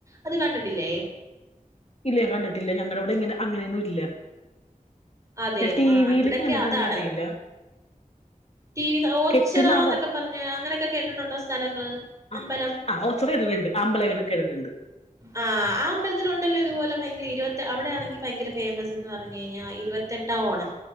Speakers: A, on the right; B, on the left.
A: അത് കണ്ടിട്ടില്ലേ
B: ഇല്ല കണ്ടിട്ടില്ല ഞങ്ങള ഇവിടെ ഇങ്ങനെ അങ്ങനെയൊന്നും ഇല്ല
A: അതെയോ
B: ഞാൻ ടി
A: ആഹ്
B: വിയിൽ
A: ഇവിടൊക്കെ
B: കണ്ടിട്ടാന്നറിയില്ല
A: അതാണ് ടി വി ഓച്ചിറ
B: കെട്ട് നറ
A: എന്നൊക്കെ പറഞ്ഞ് അങ്ങനെയൊക്കെ കേട്ടിട്ടുണ്ടോ സ്ഥലങ്ങൾ
B: ആ
A: അമ്പലം
B: ആ ഓച്ചറ കേട്ടിട്ടുണ്ട് അമ്പലം കേട്ടിട്ടുണ്ട്
A: ആ ആ അമ്പലത്തില ഉണ്ടല്ലോ ഇതുപോലെ ഭയങ്കര ഇരുപത്തി അവിടെയാണെങ്കിൽ ഭയങ്കര ഫേമസ് എന്ന് പറഞ്ഞ കഴിഞ്ഞാൽ ഇരുപത്തെട്ടാം ഓണം